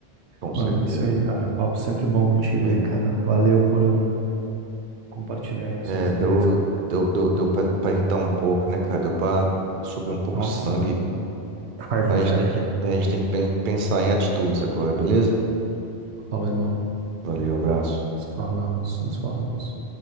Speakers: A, on the right (about 50°); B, on the right (about 80°).
A: com certeza.
B: Mano, é isso aí, cara. O papo sempre bom contigo
A: É,
B: aí, cara. Valeu por ah, compartilhar aí as
A: é,
B: suas ideias,
A: deu,
B: cara.
A: deu, deu, deu pra, pra irritar um pouco, né, cara? Deu pra subir um pouco
B: Nossa,
A: o sangue.
B: velho. Raiva,
A: Mas
B: velho.
A: a gente tem que, a gente tem que pen- pensar em atitudes agora, beleza?
B: Falou, irmão.
A: Valeu, abraço.
B: Se falamos, nos falamos.